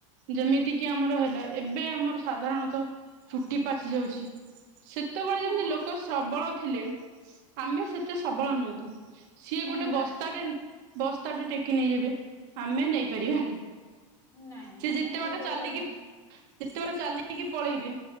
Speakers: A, on the right; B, on the left.
A: ଯେମିତି କିି ଆମର ହେଲା ଏବେ ଆମର ସାଧାରଣତଃ ଚୁଟି ପାଚି ଯାଉଛି। ସେତେବେଳେ
B: ହଁ
A: ଯେମିତି ଲୋକ ସବଳ ଥିଲେ ଆମେ ସେତେ ସବଳ ନୁହନ୍ତି। ସିଏ ଗୋଟେ
B: ଏ
A: ବସ୍ତାଟେ
B: ନାଇଁ
A: ବସ୍ତାଟେ ଟେକି ନେଇଯିବେ ଆମେ ନେଇପାରିବା ନାଇ।
B: ନାଇଁ
A: ସେ
B: ଆମେ
A: ଯେତେ
B: ନେଇପାରିବାନି
A: ବାଟ ଚାଲିକି ଯେତେବାଟ ଚାଲିକି ପଳେଇବେ